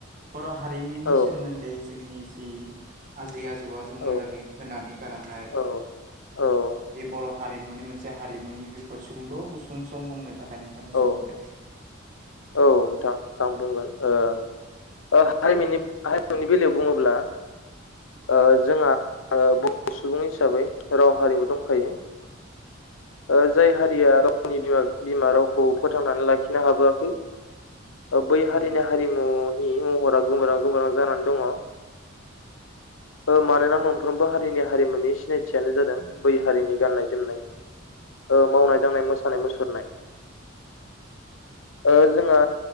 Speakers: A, on the right (about 40°); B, on the left (about 75°).
A: बर' हारिमुनि
B: औ
A: सोमोन्दै जोंनि आजै आजौआ जोंनो
B: औ
A: लागै होनानै गालांनाय
B: औ औ
A: बे बर' हारिमुनि मोनसे हारिमुनि बिखय सुंद' गुसुं सम बुंनो थाखाय नोंथांनो
B: औ
A: सम होबाय।
B: औ नोंथां आं बुंगोन ओ ओ हारिमनि हारिमुनि बेलायाव बुङोब्ला ओ जोंहा ओ सुबुं हिसाबै राव हारिमु दंखायो। ओ जाय हारिया गावनि बिमा बिमा रावखौ फोथांनानै लाखिनो हाबोआखै बै हारिनि
A: औ
B: हारिमु महरा गोबोरां गोबोरां जानानै दङ। ओ मानोना मोनफ्रोमबो हारिनि हारिमुनि सिनायथियानो जादों बै हारिनि गाननाय जोमनाय। ओ मावनाय दांनाय मोसानाय मुसुरनाय। ओ जोंङा